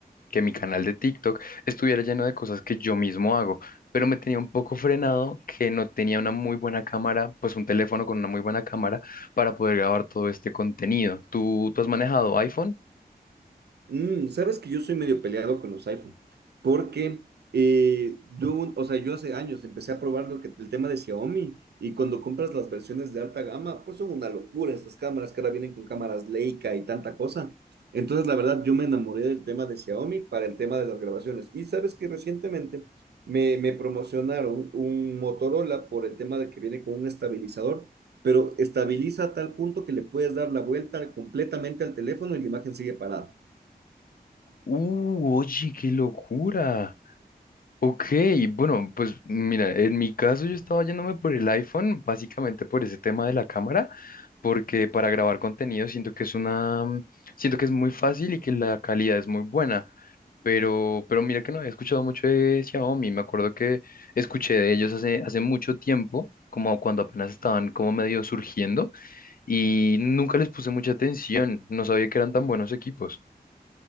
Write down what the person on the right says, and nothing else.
Mm, sabes que yo soy medio peleado con los iPhone, porque eh, yo, un- o sea, yo hace años empecé a probar lo que, el tema de Xiaomi y cuando compras las versiones de alta gama, pues son una locura estas cámaras que ahora vienen con cámaras Leica y tanta cosa. Entonces, la verdad, yo me enamoré del tema de Xiaomi para el tema de las grabaciones. Y sabes que recientemente me, me promocionaron un Motorola por el tema de que viene con un estabilizador, pero estabiliza a tal punto que le puedes dar la vuelta completamente al teléfono y la imagen sigue parada.